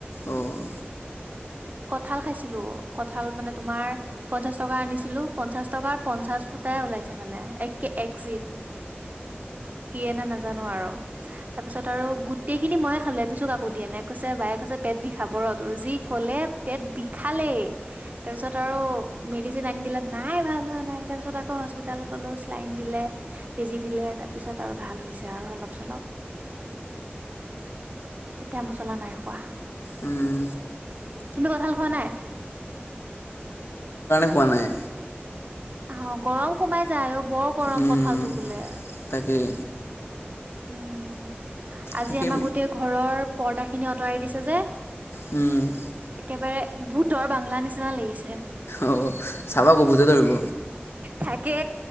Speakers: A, on the left; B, on the right.
A: অ'।
B: কঁঠাল খাইছিলো। কঁঠাল মানে তোমাৰ পঞ্চাশ টকা আনিছিলো। পঞ্চাশ টকাৰ পঞ্চাশ ফুটাই ওলাই- মানে একে এক এক জেক <unintelligible> নাজানো আৰু তাৰ পিছত আৰু গোটেই খিনি ময়ে খালে এপিছো কাকো দিয়া নাই কৈছে বায়ে কৈছে পেট বিষাব ৰ' তোৰ। যি কলে পেট বিষালেই, তাৰপিছত আৰু মেডিচিন আনি দিলে নাই ভাল হোৱা নাই তাৰপিছত আকৌ হস্পিতেলত গ'লোঁ ছেলাইন দিলে বেজি দিলে তাৰপিছত আৰু ভাল হৈছে আৰু অলপ-চলপ। এতিয়া মছলা নাই খোৱা।
A: উম।
B: তুমি কঁঠাল খোৱা নাই?
A: পোৱা নাই।
B: আহ গৰম সোমাই যায় অ' বৰ গৰম
A: উম,
B: কঁঠালটো বোলে।
A: তাকেই
B: উম, আজি
A: তাকেই
B: আমা গোটেই ঘৰৰ পৰ্দা খিনি আঁতৰাই দিছে যে
A: উম
B: একেবাৰে ভূতৰ বাংলা নিচিনা লাগিছে।
A: অ' চাবা আক' ভূতে ধৰিব
B: থাকে